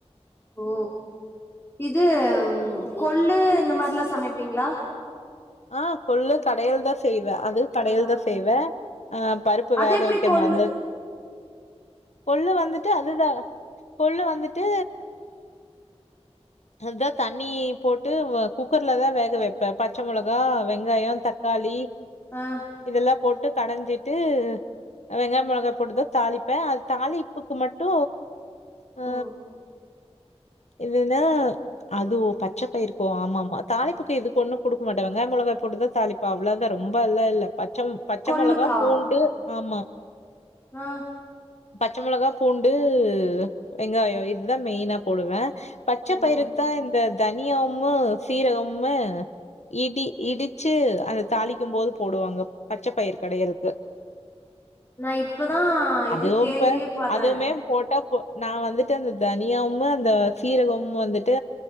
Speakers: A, on the left; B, on the left.
A: ஓ இது கொள்ளு இந்த மாரிலாம் சமப்பீங்களா
B: ஆ கொள்ளு கடையல் தா செய்வேன் அது கடையல்
A: அதா
B: தா செய்வே ஆ பருப்பு
A: அது
B: வேக
A: எப்டி
B: வைக்க
A: கொள்ளு
B: மறந்தது கொள்ளு வந்துட்டு அதுதான் கொல்லு வந்துட்டு அதா தண்ணி போட்டு குக்கர்ல தான் வேக வைப்பே பச்ச மெளக க்க வெங்காயம் தக்காளி
A: ஆ
B: இதெல்லாம் போட்டு கடஞ்சிட்டு வெங்காய் மொளகா போட்டுதா தாளிப்பேன் அது தாளிப்புக்கு மட்டு ஆ
A: ஓ
B: இதுன்னா அது பச்ச பயிருக்கோ ஆமா ஆமா தாலிப்புக்கு இதுக்கு ஒண்ணு குடுக் மாட்டே வெங்காய மொளகாய் போட்டுதான் தாலிப்பா அவ்வளவுதான் ரொம்ப எல்லா இல்ல பச்ச பச்ச
A: கொள்ளுக்கா
B: மொளகா பூண்டு ஆமா
A: ஆ
B: பச்ச மெளகா பூண்டு வெங்காயம் இதுதா மெயினா போடுவே பச்ச
A: ஓ
B: பயிறுக்குதான் இந்த தனியாவும்மு சீரகம்மு இடி இடிச்சு அந்த தாளிக்கும் போது போடுவாங்க பச்ச பயிறு கடையர்த்துக்கு
A: நா இப்பதா இது
B: அதுவும்
A: கேள்வியே
B: இப்ப
A: பாட்றே
B: அதுவுமே போட்டா போ நா வந்துட்டு அந்த தனியாவும்மு அந்த சீரகம்மு வந்துட்டு